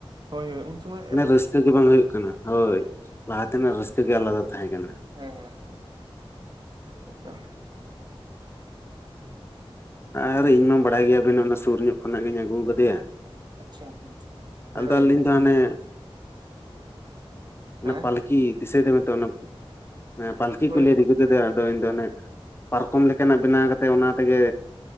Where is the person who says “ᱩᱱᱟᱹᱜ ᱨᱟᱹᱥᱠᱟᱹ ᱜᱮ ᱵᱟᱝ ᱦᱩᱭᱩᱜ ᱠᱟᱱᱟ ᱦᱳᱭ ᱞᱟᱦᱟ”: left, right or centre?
Left